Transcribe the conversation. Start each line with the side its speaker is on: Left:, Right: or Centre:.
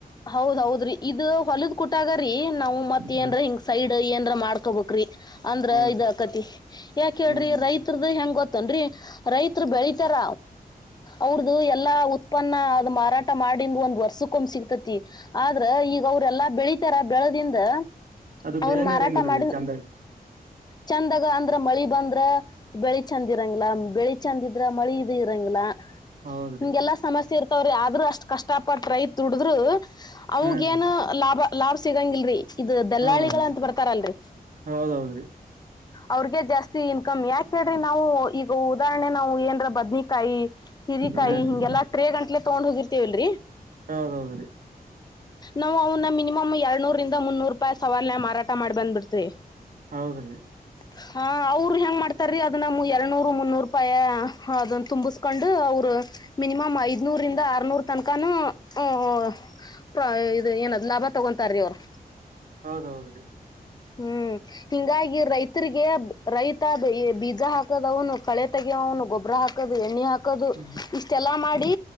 Left: ಹೌದ್ೌದ್ರಿ ಇದ ಹೊಲದ್ ಕುಟಾಗ್ರೀ ನಾವ್ ಮತ್ ಏನ್ರ
Right: ಹ
Left: ಹಿಂಗ್ ಸೈಡ್ ಏನ್ರ ಮಾಡ್ಕೋಬೇಕ್ರಿ. ಅಂದ್ರ
Right: ಹೌದ್ರಿ
Left: ಇದಕತಿ ಯಾಕ ಹೇಳ್ರಿ
Right: ಹ್ಮ್
Left: ರೈತ. ತ್ರದ ಹೆಂಗ ಗೊತ್ತನ್ರಿ ರೈತ್ರ ಬೆಳಿತಾರ. ಅವ್ರದುು ಎಲ್ಲಾ ಉತ್ಪನ್ನ ಅದು ಮಾರಾಟ ಮಾಡಂದು ಒಂದ್ ವರ್ಷಕ್ಕ ಒಂದು್ ಸಿಗ್ತತಿ. ತಿ ಆದ್ರ ಈಗ ಅವ್ರೆಲ್ಲಾ ಬೆಳಿ. ತರ ಬೆಳದಿಂದ
Right: ಅದು
Left: ಅವನ್
Right: ಬೆಲೆನೇ
Left: ಮಾರಾಟ
Right: ಇರಂಗಿಲ್ರಿ
Left: ಮಾಡ.
Right: ಚಂದಾಗ
Left: ಚಂದಾಗ ಅಂದ್ರ ಮಳಿ ಬಂದ್ರ ಬೆಳಿ ಚಂದ ಇರಂಗಲ ಬೆಳಿ ಚಂದ ಇದ್ರ ಮಳಿ ಇದ. ಂ <inaudible> ಗಿಲ್ಲಾ
Right: ಹೌದ್ರಿ
Left: ಹಿಂಗೆಲ್ಲಾ ಸಮಸ್ಯೆ ಇರ್ತವ್ರಿ ಆದ್ರರು ಅಷ್ಟ್ ಕಷ್ಟ ಪಟ್ಟ ರೈತ ದುಡಿದ್ರು. ಅವಗೇಏನು
Right: ಹಾ ರೀ
Left: ಲಾಭ ಲಾಭ್ ಸಿಗಂಗಿಲ್ರಿ. ಇದು ದಲ್ಲಾಳಿಗಳಂತ
Right: ಹೌದೌದ್ರಿ
Left: ಬರ್ತಾರಲ್ರಿ.
Right: ಹೌದೌದ್ರಿ
Left: ಅವ್ರಗೆ ಜಾಸ್ತಿ ಇನ್ಕಮ್ ಯಾಕ ಹೇಳ್ರಿ ನಾವು-. ಈಗ ಉದಾಹರಣೆ ನಾವು ಏಂದ್ರ ಬದನಿಕಾಯಿ. ಹಿರಿಕಾಯಿ
Right: ಹಾ ರೀ
Left: ಹಿಂಗೆಲ್ಲ ಅಟ್ರೇ ಗಂಟ್ಲೆ ತಗೊಂಡ ಹೋಗಿರ್ತಿವಲ್ರರಿ.
Right: ಹೌದೌದ್ರೀ.
Left: ನಾವು ಅವನ್ನ ಮಿನಿಮಮ್ ಎರಡ್ನೂರರಿಂದ ಮುನ್ನೂರು ರೂಪಾಯಿ ಸವಾಲನ ಮಾರಾಟ ಮಾಡಿ ಬಂದ್ಬಿಡ್ತರಿ.
Right: ಹೌದ್ರಿ.
Left: ಹ-. ಹಾ ಅವರು ಹೆಂಗ್ ಮಾಡ್ತಾರೀ ಅದನ್ನ ಎರನೂರು ಮುನ್ನೂರು ರೂಪಾಯಿ ಅದನ್ನ ತುಂಬಿಸ್ಕೊಂಡು ಅವರು. ಮಿನಿಮಮ ಐದ್ನೂರಿಂದ ಆರ್ನೂರ್ ತನಕಾನೂ ಅ ತ ಇದು ಏನದ ಲಾಭಾ ತಗೊಂತಾರೀ ಅವ್ರು
Right: ಹೌದ ಹೌದ ರೀ
Left: ಹು ಹಿಂಗಾಗಿ ರೈತರಿಗೆ ರೈತ ಅ ಬೀಜಾ ಹಾಕದ ಅವನು ಕಳೆ ತಗಿಯವನು ಗೊಬ್ಬರಾ ಹಾಕೋದು ಎಣ್ಣೆ ಹಾಕೋದು
Right: ಹ್ಮ್
Left: ಇಷ ಸ್ಟೇಲ್ಲಾ ಮಾಡಿ